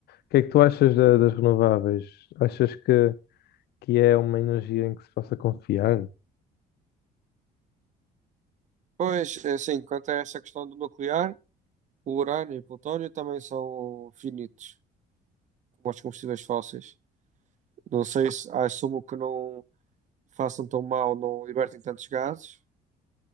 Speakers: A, on the left (about 70°); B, on the right (about 45°).
A: que é que tu achas da- das renováveis? Achas que, que é uma energia em que se possa confiar?
B: pois, é assim, quanto a essa questão do nuclear, o urânio e o plutônio também são finitos, como os combustíveis fósseis. Não sei se ah, assumo que não façam tão mal, não libertem tantos gases.